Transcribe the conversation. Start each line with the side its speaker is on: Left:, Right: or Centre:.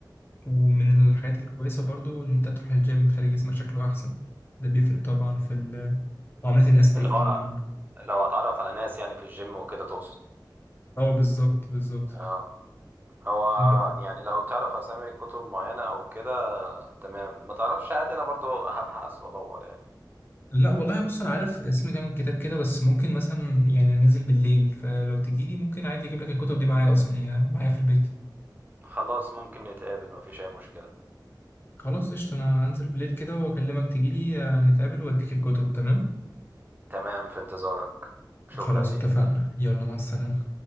Left: ومن الحاجات الكويسة برضو إن أنت تروح الجيم تخلي جسمك شكله أحسن ده بيفرق طبعا في ال- معاملة الناس
Right: اللي
Left: ليك
Right: هو
Left: عموما
Right: لو اتعرف على ناس يعني في الجيم وكده تقصد
Left: أه بالظبط بالظبط
Right: آه. هو
Left: ب...
Right: يعني لو تعرف اسامي كتب معينه او كده تمام ما تعرفش عادي انا برضو هبحث وادور يعني
Left: لا والله بص أنا عارف اسم كام كتاب كده بس ممكن مثلا يعني أنزل بالليل فلو تجيلي ممكن عادي أجيب لك الكتب دي معايا أصلا هي معايا في البيت
Right: خلاص ممكن نتقابل مفيش أي مشكلة
Left: خلاص قشطة أنا هنزل بالليل كده وأكلمك تجيلي آه، نتقابل وأديك الكتب تمام
Right: تمام في انتظارك شكرا
Left: خلاص
Right: ليك
Left: اتفقنا يلا مع السلامة